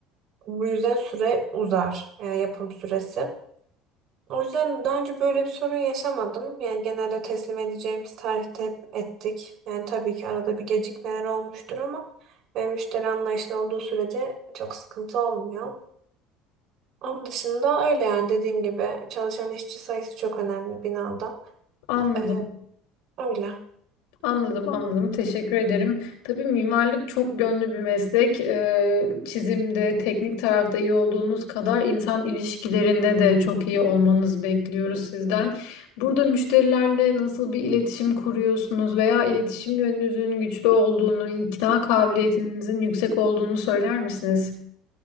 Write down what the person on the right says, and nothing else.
Bu yüzden süre uzar, yani yapım süresi. O yüzden daha önce böyle bir sorun yaşamadım. Yani genelde teslim edeceğimiz tarihte hep ettik. Yani tabii ki arada bir gecikmeler olmuştur ama e, müşteri anlayışlı olduğu sürece çok sıkıntı olmuyor. Onun dışında öyle yani dediğim gibi çalışan işçi sayısı çok önemli binada.
Ee, öyle.